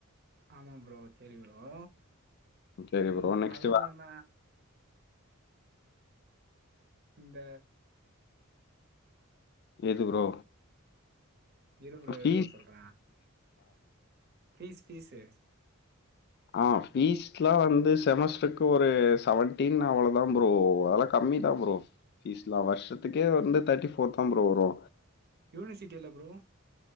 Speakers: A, on the right (about 50°); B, on the left (about 50°).
A: ஆமா ப்ரோ செரி ப்ரோ
B: சரி
A: ம்
B: ப்ரோ நெக்ஸ்ட்
A: அது இல்லாம இந்த
B: எது ப்ரோ
A: இருப்ரோ
B: ஃபீஸ்
A: இருப்ரோ சொல்ற பீஸ் பீஸ்சு
B: ஆ பீஸ்லா வந்து செமஸ்ட்ருக்கு ஒரு செவன்டீன் அவ்ளதா ப்ரோ அதெல்ல கம்மி தா ப்ரோ ஃபீஸ்லா வருஷத்துக்கே வந்து தெர்ட்டிபோர் தா ப்ரோ வரு
A: யூனிசிட்டியில்லா ப்ரோ